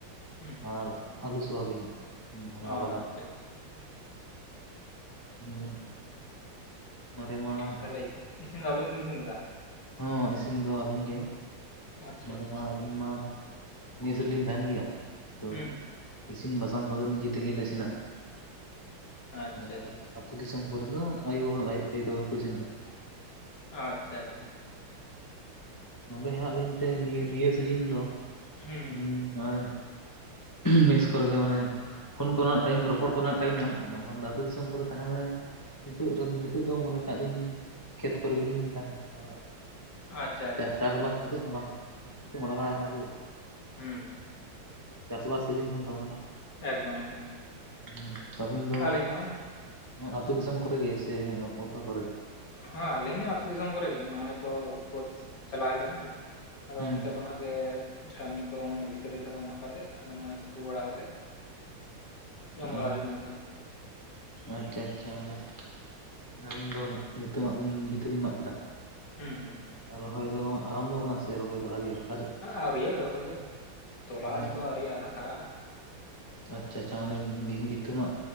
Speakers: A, on the left; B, on the left.
A: ᱦᱩᱸ
B: ᱟᱨ ᱟᱞᱩ ᱥᱳᱣᱟᱵᱤᱱ
A: ᱚ
B: ᱟᱞᱟᱫᱟ
A: ᱟᱪᱪᱷᱟ ᱟᱪᱪᱷᱟ,
B: ᱦᱸ ᱱᱚᱰᱮ ᱢᱟ
A: ᱛᱟᱦᱚᱞᱮ ᱤᱥᱤᱱ ᱫᱚ ᱟᱹᱵᱤᱱ ᱵᱤᱱ ᱤᱥᱤᱱ ᱠᱮᱫᱟ?
B: ᱦᱚᱸ ᱤᱥᱤᱱ ᱫᱚ ᱟᱹᱞᱤᱧ ᱜᱮ ᱾
A: ᱟᱪᱪᱷᱟ
B: ᱱᱚᱰᱮ
A: ᱟᱪᱪᱷᱟ
B: ᱢᱟ ᱟᱹᱞᱤᱧ ᱢᱟ ᱢᱤᱥ ᱨᱤᱞᱤᱧ ᱛᱟᱦᱮᱱ ᱜᱮᱭᱟ ᱛᱚ
A: ᱦᱩᱸ ᱦᱩᱸ
B: ᱤᱥᱤᱱ ᱵᱟᱥᱟᱝ ᱠᱚᱫᱚ ᱱᱤᱡᱮ ᱛᱮᱜᱮᱞ ᱞᱮ ᱤᱥᱤᱱᱟ ᱾
A: ᱟᱪᱪᱷᱟ ᱟᱪᱪᱷᱟ
B: ᱟ ᱟᱹᱛᱩ ᱫᱤᱥᱚᱢ ᱠᱚᱨᱮᱫᱚ ᱟᱭᱩᱵᱟ ᱟᱭᱳ ᱛᱟᱠᱚ ᱤᱥᱤᱱᱟ ᱾
A: ᱟᱪᱪᱷᱟ ᱟᱪᱪᱷᱟ
B: ᱱᱚᱸᱰᱮ ᱦᱮᱱᱟᱜ ᱞᱤᱧ ᱛᱮ ᱱᱤᱭᱟᱹ ᱱᱤᱭᱟᱹ ᱥᱤᱡᱤᱱ ᱫᱚ
A: ᱦᱩᱸ
B: ᱱᱚᱜ ᱢᱤᱥ ᱠᱚᱨᱮ ᱜᱮ ᱢᱟᱱᱮ ᱯᱷᱳ ᱠᱚᱨᱮᱱᱟᱜ ᱴᱟᱭᱤᱢ ᱨᱚᱯᱚᱲ ᱠᱚᱨᱮᱱᱟᱜ ᱴᱟᱭᱤᱢ ᱧᱟᱢᱚᱜ ᱠᱟᱱᱟ ᱢᱮᱱᱠᱷᱟᱱ ᱟ ᱟᱹᱛᱩᱳ ᱫᱤᱥᱚᱢ ᱠᱚᱨᱮ ᱛᱟᱦᱮᱸ ᱢᱟᱱᱮ ᱱᱤᱛᱚᱜ ᱨᱮ ᱱᱤᱛᱚᱜ ᱫᱚ ᱢᱚᱱᱮ ᱠᱟᱜ ᱵᱤᱱ ᱠᱷᱮᱛ ᱠᱚᱨᱮᱜᱮᱞᱤᱧ ᱛᱟᱦᱮᱸ ᱵᱟᱲᱟᱜᱼᱟ ᱾
A: ᱟᱪᱪᱷᱟ ᱟᱪᱪᱷᱟ ᱟᱪᱪᱷᱟ
B: ᱪᱟᱥ
A: ᱦᱳᱭ
B: ᱵᱟᱥ
A: ᱦᱳᱭ
B: ᱠᱚᱫᱚ ᱞᱟᱜᱟᱣ ᱟᱠᱟᱱᱟ ᱥᱮ
A: ᱦᱩᱸ ᱦᱩᱸ
B: ᱪᱟᱥ ᱵᱟᱥ ᱥᱤᱡᱤᱱ ᱠᱟᱱ ᱛᱟᱵᱚᱱᱟ ᱾
A: ᱮᱠᱫᱚᱢ ᱮᱠᱫᱚᱢ
B: ᱦᱮᱸ ᱟᱹᱵᱤᱱ ᱫᱚ
A: ᱟᱹᱞᱤᱧ ᱦᱚᱸ
B: ᱟ ᱟᱛᱩ ᱫᱤᱥᱚᱢ ᱠᱚᱨᱮ ᱜᱮ ᱥᱮ ᱚᱠᱟ ᱠᱚᱨᱮ?
A: ᱦᱮᱸ ᱟᱹᱞᱤᱧᱟ ᱟᱛᱩ ᱫᱤᱥᱚᱢ ᱠᱚᱨᱮ ᱜᱮ ᱱᱚᱜ ᱚᱭ ᱛᱚ ᱵᱟᱹᱫ ᱪᱟᱞᱟᱣ ᱦᱩᱭ ᱞᱮᱱᱟ ᱟᱫᱚ
B: ᱦᱩᱸ
A: ᱚᱱᱛᱮ ᱠᱷᱚᱱᱟᱜ ᱜᱮ ᱠᱟᱹᱢᱤ ᱠᱚ ᱢᱟᱱᱮ ᱵᱷᱤᱛᱟᱹᱛᱤᱰᱟ ᱠᱚ ᱢᱟᱜ ᱠᱟᱛᱮᱜ ᱟᱫᱚ ᱱᱚᱜ ᱚᱭ ᱛᱩᱯᱩ ᱵᱟᱲᱟ ᱠᱟᱛᱮᱜ <inaudible> ᱵᱟᱲᱟ
B: ᱚ
A: ᱦᱩᱭᱱᱟ ᱟᱫᱚ ᱪᱮᱫ
B: ᱟᱪᱪᱷᱟ ᱟᱪᱪᱷᱟ ᱚᱱᱮ ᱟᱹᱵᱤᱱ ᱫᱚ ᱵᱤᱛᱟᱹ ᱢᱟᱜ ᱵᱤᱱ ᱵᱤᱛᱟᱹ ᱵᱤᱱ ᱢᱟᱜ ᱠᱮᱫᱟ
A: ᱦᱩᱸ ᱦᱩᱸ
B: ᱨᱚᱦᱚᱭ ᱫᱚ ᱟᱨᱟᱢᱵᱚ ᱠᱟᱱᱟ ᱥᱮ ᱨᱚᱦᱚᱭ ᱫᱚ ᱟᱣᱨᱤᱭᱟᱜᱼᱟ?
A: ᱟᱹᱣᱨᱤᱭᱟᱜᱼᱟ ᱨᱚᱦᱚᱭ ᱫᱚ ᱛᱚᱞᱟ
B: ᱢᱟᱱᱮ
A: ᱛᱚ ᱟᱹᱣᱨᱤ ᱦᱟᱨᱟᱜᱼᱟ ᱾
B: ᱟᱪᱪᱷᱟ ᱟᱪᱪᱷᱟ ᱢᱟᱱᱮ ᱵᱤᱛᱟᱹᱢᱟᱜ